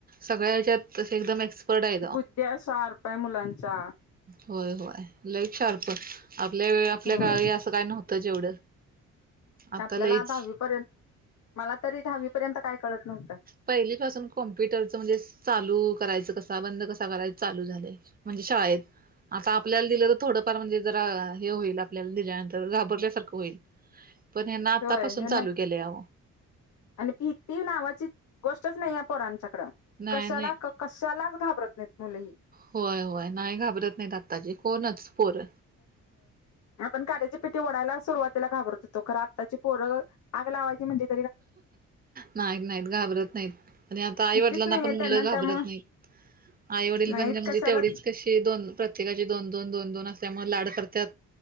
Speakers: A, on the right; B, on the left.
A: सगळ्या हच्यात त एकदम एक्सपर्ट आहे
B: बुद्ध्या शार्प आहे मुलांच्या
A: होय होय लईक शार्प आपल्या वे आपल्या
B: होय
A: का असं काय नव्हतं जेवढं आता
B: आपल्याला
A: लईच
B: दहावी पर्यंत मला तरी दहावी पर्यंत काय कळत नव्हतं
A: पहिलीपासून कॉम्प्युटरचं म्हणजे चालू करायचं कसा बंद कसा करायचं चालू झालंय म्हणजे शाळेत आता आपल्याला दिलं थोडंफार म्हणजे जरा हे होईल, आपल्याला दिल्यानंतर घाबरल्यासारखं होईल. पण हे ना आतापासून
B: होय यांना
A: चालू केलेय आओ.
B: आणि भीती नावाची, गोष्टच नाही या पोरांच्याकडं,
A: नाही
B: कशाला
A: नाही
B: कशालाच घाबरत नाहीत मुलं, ही.
A: होय होय, नाही घाबरत नाही, अत्ताची कोणच पोर.
B: आपण काड्याची पिठीओढायला सुरवात ला घाबरत होतो, आताची पोर आग लावायची म्हणजे
A: नाहीत नाहीत घाबरत नाहीत. आणि आता आईवडिलांना
B: भीतीच नाहीये
A: पण मुलं
B: त्यांना
A: घाबरत
B: त्यामुळं
A: नाहीत, आई वडील
B: नाहीत
A: बनं म्हणजे
B: कशालाच
A: तेवढीच कशी प्रत्येका दोन दोन दोन दोन असमुळ लाड करतात